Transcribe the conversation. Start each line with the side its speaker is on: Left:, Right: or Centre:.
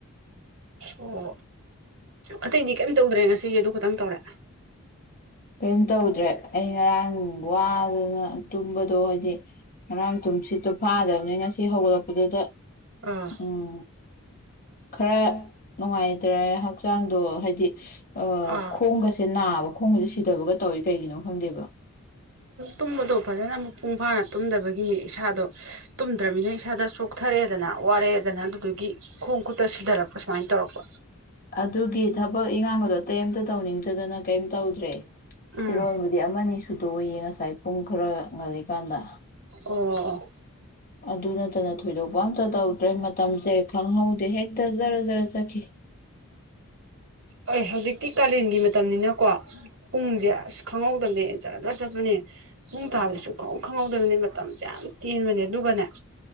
Right: ꯑꯣ ꯑꯇꯩꯗꯤ ꯀꯩꯝ ꯇꯧꯗ꯭ꯔꯦ ꯉꯁꯤꯒꯤ ꯑꯗꯨ ꯈꯇꯪ ꯇꯧꯔꯦ
Left: ꯀꯔꯤꯝ ꯇꯧꯗ꯭ꯔꯦ ꯑꯩ ꯉꯔꯥꯡ ꯋꯥꯗꯅ ꯇꯨꯝꯕꯗꯣ ꯍꯥꯏꯗꯤ ꯉꯔꯥꯡ ꯇꯨꯝ ꯁꯤꯠꯇꯣ ꯐꯥꯗꯕꯅꯤ ꯉꯁꯤ ꯍꯧꯒꯠꯂꯛꯄꯗꯨꯗ
Right: ꯑꯥ
Left: ꯎꯝ ꯈꯔ ꯅꯨꯡꯉꯥꯏꯇ꯭ꯔꯦ ꯍꯛꯆꯥꯡꯗꯣ ꯍꯥꯏꯗꯤ
Right: ꯑꯥ
Left: ꯈꯣꯡꯒꯁꯦ ꯅꯥꯕ ꯈꯣꯡꯒꯁꯦ ꯊꯤꯗꯕꯒ ꯇꯧꯋꯤ ꯀꯩꯒꯤꯅꯣ ꯈꯪꯗꯦꯕ
Right: ꯇꯨꯝꯕꯗꯣ ꯐꯖꯅ ꯃꯄꯨꯡ ꯐꯥꯅ ꯇꯨꯝꯗꯕꯒꯤꯅꯤ ꯏꯁꯥꯗꯣ ꯇꯨꯝꯗ꯭ꯔꯕꯅꯤꯅ ꯏꯁꯥꯗꯣꯛ ꯊꯔꯛꯦꯗꯅ ꯋꯥꯔꯛꯦꯗꯅ ꯑꯗꯨꯗꯨꯒꯤ ꯈꯣꯡ ꯈꯨꯠꯇ ꯁꯤꯙꯔꯛꯄ ꯁꯨꯃꯥꯏꯅ ꯇꯧꯔꯛꯄ
Left: ꯑꯗꯨꯒꯤ ꯊꯕꯛ ꯏꯉꯥꯡ ꯑꯗꯣ ꯑꯇꯩꯩꯝꯇ ꯇꯧꯅꯤꯡꯗꯗꯅ ꯀꯩꯝ ꯇꯧꯗ꯭ꯔꯦ
Right: ꯎꯝ
Left: ꯐꯤꯔꯣꯜꯕꯨꯗꯤ ꯑꯃꯅꯤ ꯊꯣꯏꯗꯣꯛꯌꯦ ꯉꯁꯥꯏ ꯄꯨꯡ ꯈꯔ ꯉꯜꯂꯤꯀꯥꯟꯗ
Right: ꯑꯣ
Left: ꯑꯗꯨ ꯅꯠꯇꯅ ꯊꯣꯏꯗꯣꯛꯄ ꯑꯝꯇ ꯇꯧꯗ꯭ꯔꯦ ꯃꯇꯝꯁꯦ ꯈꯪꯍꯧꯗꯦ ꯍꯦꯛꯇ ꯖꯔ ꯖꯔ ꯆꯠꯈꯤ
Right: ꯍ ꯍꯧꯖꯤꯛꯇꯤ ꯀꯥꯂꯦꯟꯒꯤ ꯃꯇꯝꯅꯤꯅꯀꯣ ꯄꯨꯡꯁꯦ ꯑꯁ ꯈꯪꯍꯧꯗꯕꯅꯦꯟ ꯆꯠꯖ ꯆꯠꯄꯅꯦ ꯄꯨꯡ ꯇꯥꯕꯗꯁꯨ ꯈꯪꯍꯧ ꯈꯪꯍꯧꯗꯕꯅꯦ ꯃꯇꯝꯁꯦ ꯌꯥꯝ ꯇꯦꯟꯕꯅꯦ ꯑꯗꯨꯒꯅꯦ